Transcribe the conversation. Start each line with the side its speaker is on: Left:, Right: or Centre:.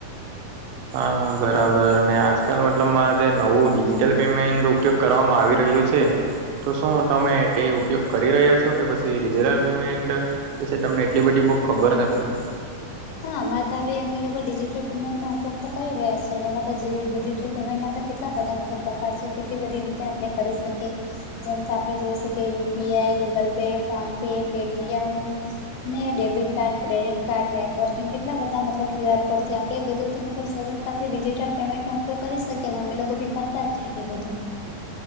Right: હા બરાબર ને આજકાલ મતલબ મા જે નવું ડિજિટલ પેમેન્ટ ઉપયોગ કરવામાં આવી રહ્યું છે. તો શું તમે તે ઉપયોગ કરી રહ્યા છો કે પછી ડિજિટલ પેમેન્ટ પછ તમને એટલી બધી બુક ખબર નથી.
Left: હા અમારે તો અમે લોકો ડિજિટલ પેમેન્ટ નો ઉપયોગ તો કરી રહ્યા છે, જેમાં તોિજટલ પેમેન્ટમાં તો કેટલા બધા મતલબ પ્રકાર છે કેટલી બધી રીતે આપણે કરી શકીએ જેમથી આપણે જોઈ શકીએ UPI Google pay phone pay Paytm ને ડેબિટ કાર્ડ ક્રેડિટ કાર્ડ ને ંગ કેટલા બધા મતલબ ક્યુઆર કોડથી આપણે એ બધુંથીતલબ સરળતાથી ડિજિટલ પેમેન્ટ ન કરી શકીએ ને અમે લોકો બી કરતા જ છે, તે બધું